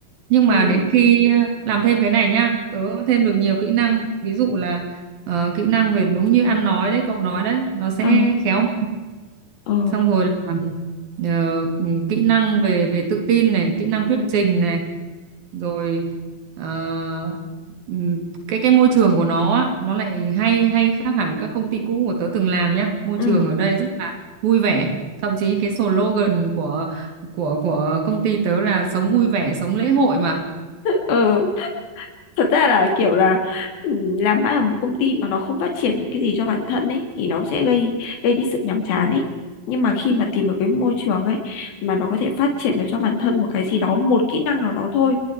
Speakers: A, on the right; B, on the left.
A: nhưng mà
B: ừ
A: đến khi ờ, làm thêm cái này nhá tớ thêm được nhiều kỹ năng ví dụ là ờ, kỹ năng về đúng như ăn nói đấy cậu nói đấy nó sẽ
B: ờ
A: khéo hơn
B: ờ
A: xong rồi là ờ, ừ, kỹ năng về về tự tin này kỹ năng
B: ừ
A: thuyết trình này rồi ờ, ừm, cái cái môi trường của nó á, nó lại hay hay khác hẳn các công ty cũ của tớ từng làm nhá môi
B: ừ
A: trường ở đây rất là vui vẻ thậm chí cái slogan của của của công ty tớ là sống vui vẻ sống lễ hội mà
B: ừ thật ra là kiểu là ừ, làm mãi ở một công ty mà nó không phát triển được cái gì cho bản thân ấy thì nó sẽ gây gây cái sự nhàm chán ấy nhưng mà khi mà tìm được cái môi trường ấy mà nó có thể phát triển được cho bản thân một cái gì đó một kỹ năng nào đó thôi